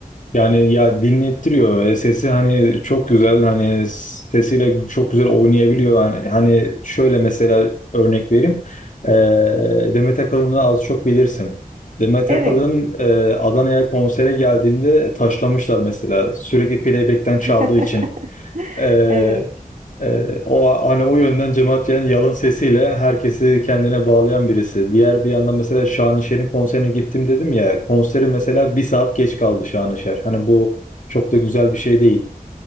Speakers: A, on the left; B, on the right.
A: Yani ya dinlettiriyor. E, Sesi hani çok güzel hani sesiyle çok güzel oynayabiliyor. Hani, hani şöyle mesela örnek vereyim. E, Demet Akalın'ı az çok bilirsin. Demet
B: Evet.
A: Akalın e, Adana'ya konsere geldiğinde taşlamışlar mesela. Sürekli playback'ten çaldığı
B: <laughs>
A: için. Ee,
B: Evet.
A: e, o hani o yönden cemaat Can yalın sesiyle herkesi kendine bağlayan birisi. Diğer bir yandan mesela Şanışer'in konserine gittim dedim ya. Konseri mesela bir saat geç kaldı Şanışer. Hani bu çok da güzel bir şey değil.